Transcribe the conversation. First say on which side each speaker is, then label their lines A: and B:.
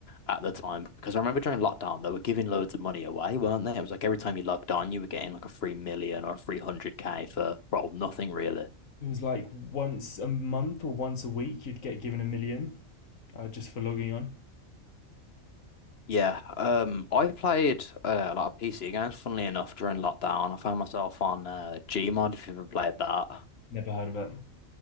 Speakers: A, on the left (about 50°); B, on the left (about 75°).
A: at the time because I remember during lockdown they were giving loads of money away, weren't they? It was like every time you logged on, you were getting like a free million or a 300k for, well, nothing really.
B: it was like once a month or once a week you'd get given a million uh, just for logging on
A: Yeah, um, I played uh, a lot of PC games, funnily enough, during lockdown. I found myself on uh, Gmod, if you've ever played that.
B: never heard of it